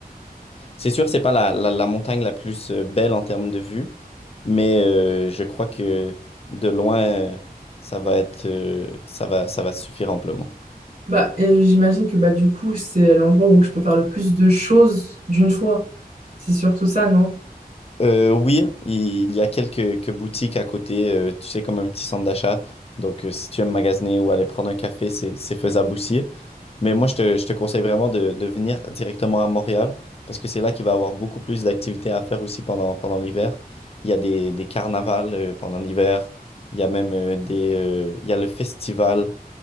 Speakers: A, on the left; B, on the right.
A: C'est sûr, c'est pas la, la, la montagne la plus euh, belle en termes de vue, mais euh, je crois que de loin, euh, ça va être, euh, ça va, ça va suffire amplement.
B: Bah, et j'imagine que bah du coup, c'est l'endroit où je peux faire le plus de choses d'une fois. C'est surtout ça, non?
A: Euh, oui, il y a quelques, quelques boutiques à côté, euh, tu sais, comme un petit centre d'achat. Donc, euh, si tu aimes magasiner ou aller prendre un café, c'est c'est faisable aussi. Mais moi, je te, je te conseille vraiment de, de venir directement à Montréal parce que c'est là qu'il va y avoir beaucoup plus d'activités à faire aussi pendant, pendant l'hiver. Il y a des, des carnavals euh, pendant l'hiver. Il y a même euh, des, euh, il y a le festival.